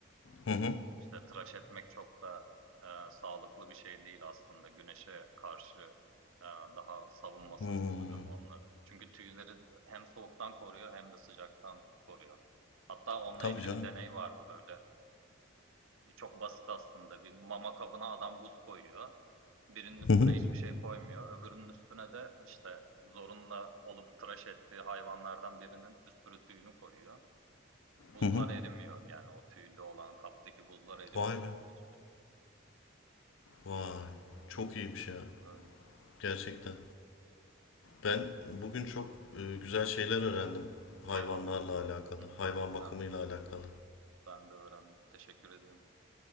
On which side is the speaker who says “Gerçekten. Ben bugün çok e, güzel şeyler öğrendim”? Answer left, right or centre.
Left